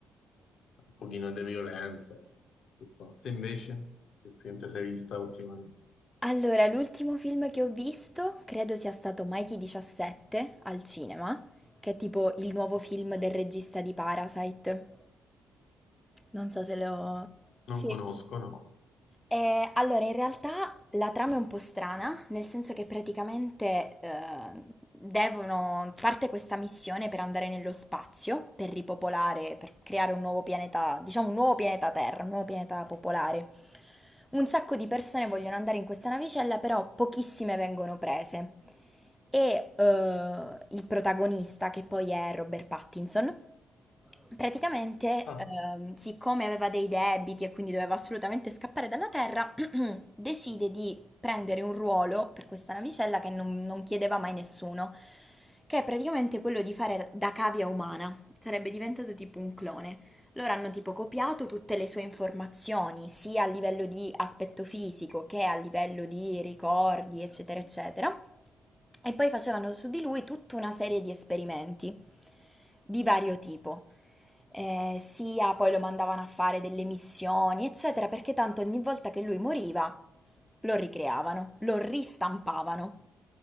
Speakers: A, on the left; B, in the centre.
A: un pochino di violenza. tutto qua. Te invece, che film ti sei vista ultimamente?
B: Allora, l'ultimo film che ho visto credo sia stato Mikey 17 al cinema, che è tipo il nuovo film del regista di Parasite. Non so se lo... Sì.
A: Non conosco, no.
B: Ehm, allora in realtà la trama è un po' strana, nel senso che praticamente, ehm, devono parte questa missione per andare nello spazio, per ripopolare, per creare un nuovo pianeta, diciamo un nuovo pianeta Terra, un nuovo pianeta popolare. Un sacco di persone vogliono andare in questa navicella, però pochissime vengono prese. E eh, il protagonista, che poi è Robert Pattinson, Praticamente,
A: Ah,
B: ehm, siccome aveva dei debiti e quindi doveva assolutamente scappare dalla Terra, <clears throat> decide di prendere un ruolo per questa navicella che non, non chiedeva mai nessuno, che è praticamente quello di fare da cavia umana. Sarebbe diventato tipo un clone. Loro hanno tipo copiato tutte le sue informazioni, sia a livello di aspetto fisico che a livello di ricordi, eccetera, eccetera. E poi facevano su di lui tutta una serie di esperimenti di vario tipo. Eh, sia poi lo mandavano a fare delle missioni, eccetera, perché tanto ogni volta che lui moriva lo ricreavano, lo ristampavano.